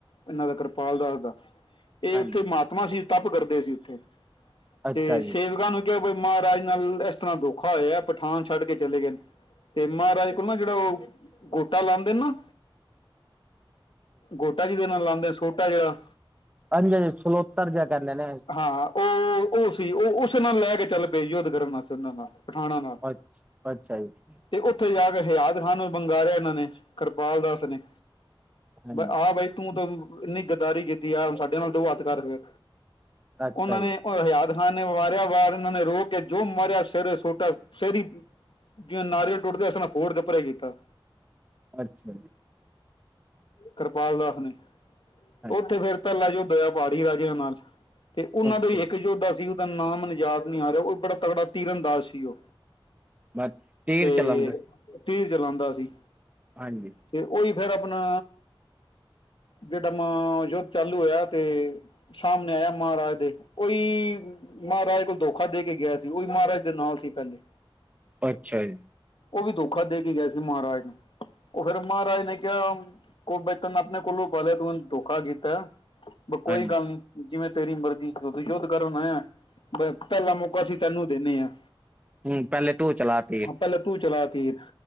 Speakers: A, on the left (about 65°); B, on the right (about 15°).
A: ਇਹਨਾਂ ਦਾ ਕਰਪਾਲ ਦਾਸ ਦਾ,
B: ਹਾਂਜੀ
A: ਇਹ ਉੱਥੇ ਮਾਤਾ ਸੀ, ਤਪ ਕਰਦੇ ਸੀ ਉੱਥੇ,
B: ਅੱਛਾ
A: ਤੇ
B: ਜੀ
A: ਸੇਵਕਾਂ ਨੂੰ ਕਿਉਂ ਬੀ, ਮਹਾਰਾਜ ਨਾਲ ਇਸ ਤਰ੍ਹਾਂ ਦੋਖਾ ਹੋਇਆ, ਪਠਾਨ ਛੱਡ ਕੇ ਚਲੇ ਗਏ ਨੇ ਤੇ ਮਹਾਰਾਜ ਕੋਲ ਨਾ, ਜਿਹੜਾ ਉਹ ਗੋਟਾ ਲਾਂਦੇ ਨਾ। ਗੋਟਾ ਜੀਦੇ ਨਾਲ ਲਾਂਦੇ ਸੋਟਾ ਜਿਹੜਾ।
B: ਹਾਂਜੀ-ਹਾਂਜੀ ਸਲੋਤਰ ਜਿਹਾ ਕਰ ਲੈਨਾਂ ਏ
A: ਹਾਂ ਉਹ-ਉਹ ਸੀ ਉਹ ਉਸੇ ਨਾਲ ਲੈ ਕੇ ਚੱਲ ਪਏ ਯੁੱਧ ਕਰਨ ਵਾਸਤੇ ਉਹਨਾਂ ਨਾਲ। ਪਠਾਣਾ ਨਾਲ
B: ਅੱਛ-ਅੱਛਾ ਜੀ।
A: ਤੇ ਉੱਥੇ ਜਾ ਕੇ ਹਯਾਤ ਖਾਨ ਨੂੰ ਬੰਗਾਰਿਆ ਇਹਨਾਂ ਨੇ, ਕਿਰਪਾਲ ਦਾਸ ਨੇ।
B: ਹਾਂਜੀ
A: ਆਹ ਬਾਈ ਤੂੰ ਤਾਂ ਇੰਨੀ ਗੱਦਾਰੀ ਕੀਤੀ, ਆ ਸਾਡੇ ਨਾਲ ਦੋ ਹੱਥ ਕਰ ਫਿਰ
B: ਅੱਛਾ
A: ਉਹਨਾਂ
B: ਜੀ
A: ਨੇ ਉਹ ਹਯਾਤ ਖਾਨ ਨੇ ਵਾਰਿਆ ਵਾਰ, ਇਹਨਾਂ ਨੇ ਰੋਕ ਕੇ ਜੋ ਮਾਰਿਆ ਸਿਰ 'ਚ ਸੋਟਾ, ਸਿਰ ਈ ਜਿਵੇਂ ਨਾਰੀਅਲ ਟੁੱਟਦਾ ਇਸ ਤਰ੍ਹਾਂ ਫੋੜ ਕੇ ਪਰੇ ਕੀਤਾ।
B: ਅੱਛਾ ਜੀ।
A: ਕਿਰਪਾਲ ਦਾਸ ਨੇ,
B: ਹਾਂਜੀ
A: ਉੱਥੇ ਫੇਰ ਪਹਿਲਾ ਯੁੱਧ ਹੋਇਆ ਪਾੜ੍ਹੀ ਰਾਜਿਆਂ ਨਾਲ। ਤੇ ਉਹਨਾਂ
B: ਅੱਛਾ
A: ਦਾ ਈ ਇੱਕ ਯੋਧਾ ਸੀ, ਉਹਦਾ ਨਾ ਮੈਨੂੰ ਯਾਦ ਨੀ ਆ ਰਿਹਾ, ਉਹ ਬੜਾ ਤਗੜਾ ਤੀਰ ਅੰਦਾਜ਼ ਸੀ ਉਹ।
B: ਮੈਂ ਤੇਰ
A: ਤੇ
B: ਚਲਾਉਂਦਾ
A: ਤੀਰ ਚਲਾਂਦਾ ਸੀ।
B: ਹਾਂਜੀ।
A: ਤੇ ਉਹੀ ਫਿਰ ਆਪਣਾ, ਜਿਹੜਾ ਮ ਯੁੱਧ ਚਾਲੂ ਹੋਇਆ ਤੇ ਸਾਹਮਣੇ ਆਇਆ ਮਹਾਰਾਜ ਦੇ, ਓਈ ਮਹਾਰਾਜ ਕੋਲ ਦੋਖਾ ਦੇ ਕੇ ਗਿਆ ਸੀ, ਉਹ ਵੀ ਮਹਾਰਾਜ ਦੇ ਨਾਲ ਸੀ ਪਹਿਲੇ।
B: ਅੱਛਾ ਜੀ।
A: ਉਹ ਵੀ ਦੋਖਾ ਦੇ ਕੇ ਗਿਆ ਸੀ ਮਹਾਰਾਜ ਨੂੰ, ਉਹ ਫਿਰ ਮਹਾਰਾਜ ਨੇ ਕਿਹਾ ਕੋ ਬੈ ਤਾਂ ਆਪਣੇ ਕੋਲੋਂ ਪਾਲਿਆ ਤੂੰ ਦੋਖਾ ਕੀਤਾ, ਬ ਕੋਈ
B: ਹਾਂਜੀ
A: ਗੱਲ ਨੀ। ਜਿਵੇਂ ਤੇਰੀ ਮਰਜ਼ੀਂ, ਹੁਣ ਤੂੰ ਯੁੱਧ ਕਰਨ ਆਇਆ ਪਹਿਲਾ ਮੌਕਾ ਅਸੀਂ ਤੈਨੂੰ ਦੇਨੇ ਆ।
B: ਹਮ, ਪਹਿਲੇ ਤੂੰ ਚਲਾ ਤੀਰ।
A: ਪਹਿਲੇ ਤੂੰ ਚਲਾ ਤੀਰ,